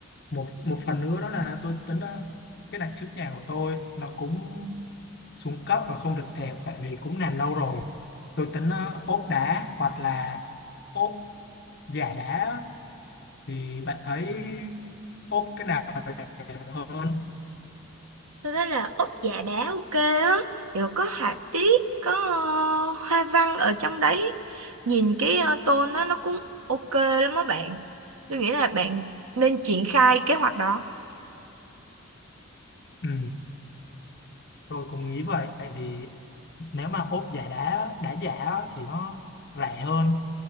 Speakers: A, on the left (about 45°); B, on the right (about 80°).
A: một một phần nữa đó là tôi tính ờ, cái đằng trước nhà của tôi nó cũng xuống cấp và không được đẹp tại vì cũng làm lâu rồi tôi tính ờ, ốp đá hoặc là ốp giả đá á. thì bạn thấy ốp cái nào đẹp hơn
B: Tôi thấy là úp dạ đá ok á, kiểu có họa tiết, có ờ, hoa văn ở trong đấy. Nhìn cái ờ, tôn đó nó cũng ok lắm á bạn. Tôi nghĩ là bạn nên triển khai kế hoạch đó.
A: ừ, tôi cũng nghĩ vậy tại vì nếu mà ốp giả đá đá giả á, thì nó rẻ hơn